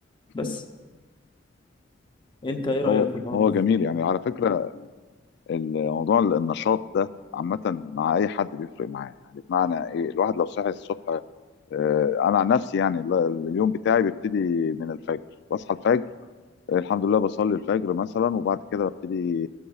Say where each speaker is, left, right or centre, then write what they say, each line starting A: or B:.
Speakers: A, on the left; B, on the left.
A: بس
B: مم.
A: انت ايه رايك
B: هو
A: في الحوار
B: هو
A: ده؟
B: جميل يعني على فكره الموضوع النشاط ده عامة مع أي حد بيفرق معاه يعني بمعنى إيه الواحد لو صحي الصبح آه، أنا عن نفسي يعني ال- اليوم بتاعي بيبتدي من الفجر بصحى الفجر آه، الحمد لله بصلي الفجر مثلا وبعد كده ببتدي